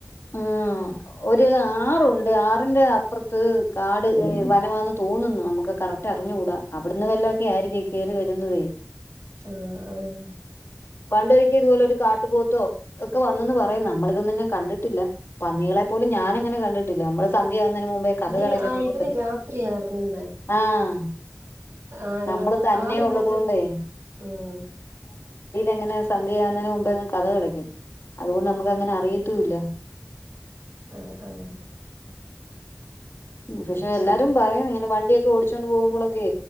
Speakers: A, on the left; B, on the right.
A: ആഹ് ഒരു ആറുണ്ട് ആറിന്റെ അപ്പുറത്ത് കാട് വനമാെന്ന് തോന്നുന്നു നമുക്ക് കറക്റ്റ് അറിഞ്ഞുകൂടാ അവിടുന്ന് വല്ലൊക്കെ ആയിരിക്ക കേയറി വരുന്നതേ
B: ആഹ് ആഹ്
A: പണ്ടൊരിക്ക ഇതുപോലെ ഒരു കാട്ടുപോത്തോ ഒക്കെ വന്നന്ന് പറയാം നമ്മളിതൊന്നുംന്നെ കണ്ടിട്ടില്ല പന്നികളെ <unintelligible> പോലും ഞാനങ്ങനെ കണ്ടിട്ടില്ല നമ്മ <unintelligible> വന്നതിന് മുമ്പേ കഥ
B: അതിന്
A: കടക്കുന്നുണ്ട്
B: ആ ഇവര് രാത്രിയാ ഇറങ്ങുന്നെ
A: ആഹ്
B: ആ
A: നമ്മള് തന്നെ
B: ആളില്ലാത്ത
A: ഉള്ളത് കൊണ്ടേ
B: ഉം
A: എങ്ങനെ സന്തിയ യാകുന്നതിന് മുമ്പ്അങ്ങ് കതക് അടക്കും അതുകൊണ്ട് നമുക്ക് അങ്ങനെ അറിയത്തുല്ല
B: ആഹ് ആഹ്
A: ഉം പക്ഷെ
B: അത്
A: എല്ലാരും
B: ശരി
A: പറയണിങ്ങനെ വണ്ടിയൊക്കെ ഓടിച്ചോണ്ട് പോവുമ്പളൊക്കെ